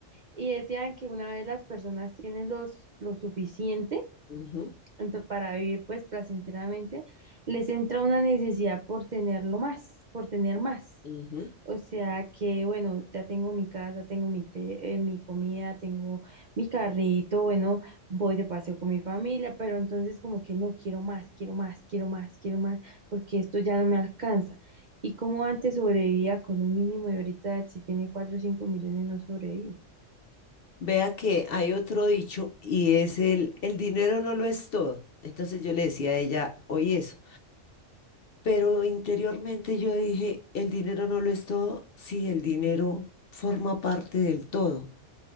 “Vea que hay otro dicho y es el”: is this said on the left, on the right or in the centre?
Left